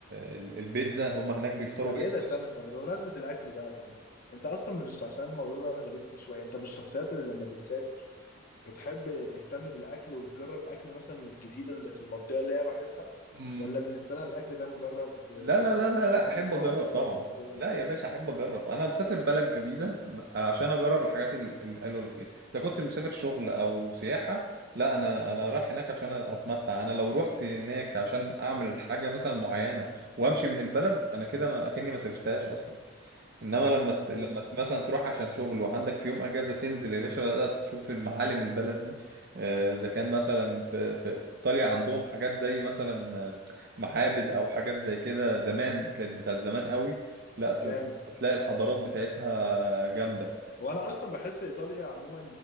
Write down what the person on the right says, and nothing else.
ال- البيتزا هم هناك بيفطروا
بيتزا
أمم،
لا
لا
لا
لا
لا
احب
اجرب
طبعا
لا يا باشا احب اجرب انا مسافر بلد جديده م- عشان اجرب الحاجات ال- الحلوه اللي فيها اذا كنت مسافر شغل او سياحه لا انا انا رايح هناك عشان اتمتع انا لو رحت هناك عشان اعمل حاجه مثلا معينه وامشي من البلد
انا كده ما- اكني ما سافرتهاش اصلا انما لما ت...
لما ت- مثلا تروح عشان شغل وعندك في يوم اجازه تنزل يا باشا بقى تشوف المعالم البلد دي آه، اذا كان مثلا في... في... في ايطاليا عندهم حاجات زي مثلا آه، معابد او حاجات زي كده زمان كانت بتاعت زمان قوي لا ت...
هتلاقي الحضارات بتاعتها جامده